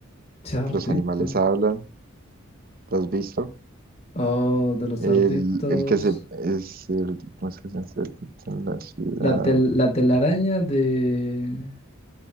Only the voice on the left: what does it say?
Chartito.
Oh, de los
artitos.
La, tel- la telaraña de...